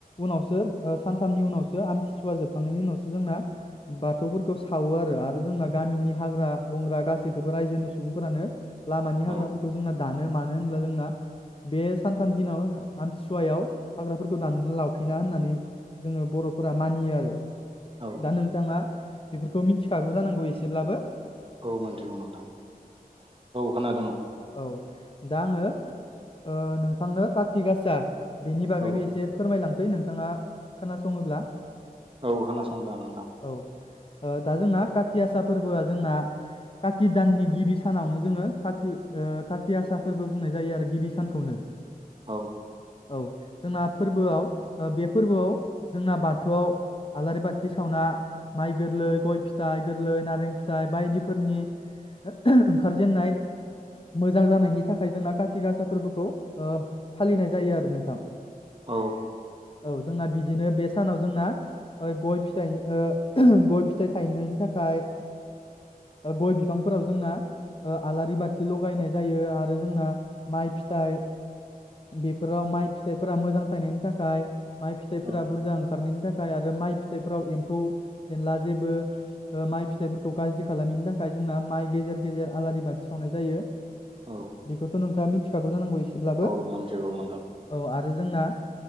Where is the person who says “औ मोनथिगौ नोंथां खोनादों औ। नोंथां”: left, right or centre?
Right